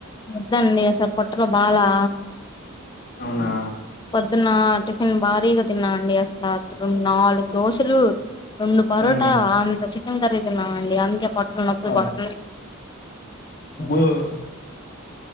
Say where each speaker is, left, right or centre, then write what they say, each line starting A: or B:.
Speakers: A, on the left; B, on the left.
A: వద్దండి అసలు పొట్టలో బాలా
B: అవునా
A: పొద్దున్న టిఫిన్ భారీగా తిన్నా అండి అసలు అట్ నాలుగు దోశలు. రెండు పరోటా
B: హ్మ్.
A: అంత చికెన్ కర్రీ తినన్నామ అండి అందుకే పొట్టలో నొప్పులు
B: అబ్
A: పడుతుంది
B: <unintelligible>